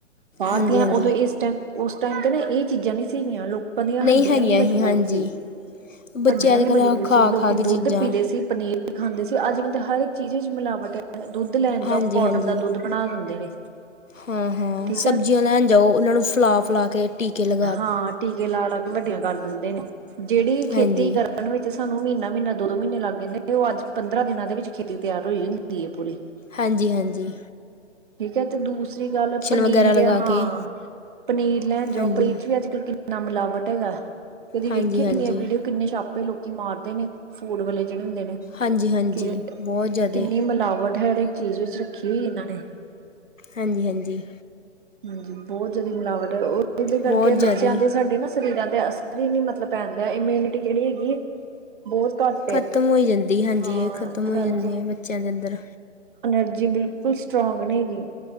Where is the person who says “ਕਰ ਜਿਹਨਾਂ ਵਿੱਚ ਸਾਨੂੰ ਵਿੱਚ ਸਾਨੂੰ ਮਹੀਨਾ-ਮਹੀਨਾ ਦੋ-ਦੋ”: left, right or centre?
Right